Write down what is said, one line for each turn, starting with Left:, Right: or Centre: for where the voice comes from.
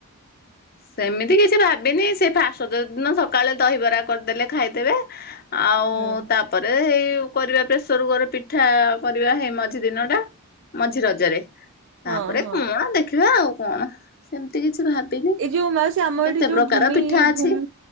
Left: ସେମିତି କିଛି ଭାବିନି ଫାର୍ଷ୍ଟ ରଜ ଦିନ ସକାଳେ ଦହିବରା କରିଦେଲେ ଖାଇଦେବେ। ଆଉ
Right: ହୁଁ।
Left: ତାପରେ ଏଇ କରିବା ପ୍ରେସର କୁକର ପିଠା କରିବା ହେଇ ମଝି ଦିନ ଟା। ମଝି ରଜରେ ତାପରେ
Right: ହଁ ହଁ
Left: କୁଅ ଦେଖିବା ଆଉ କଣ ସେମିତି କିଛି ଭାବିନି।
Right: ଏଇ ଯୋଉ ମାଉସି ଆମ
Left: କେତେ
Right: ଏଠି ଯୋଉ
Left: ପ୍ରକାର
Right: ଭୂମି
Left: ପିଠା ଅଛି
Right: ଭୂି